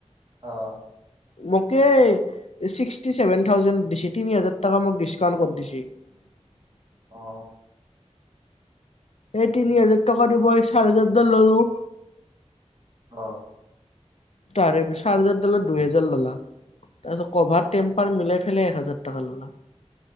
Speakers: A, on the right; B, on the left.
A: অ',
B: মোকে ছিক্সটি ছেভেন থাউজেন দিছে তিনি হাজাৰ তাকা মোক ডিছকাউণ্ট কৰি দিছি <unintelligible>
A: অ
B: এই তিনি হাজাৰ টকা দিব চাৰ হোজাৰডাল ললো
A: অ
B: তাৰে এই চাৰ হাজাৰ দালা দুহোজাৰ ললা তাৰপিছত কভাৰ টেম্পাৰ মিলাই পেলাই এক হাজাৰ টকা ললা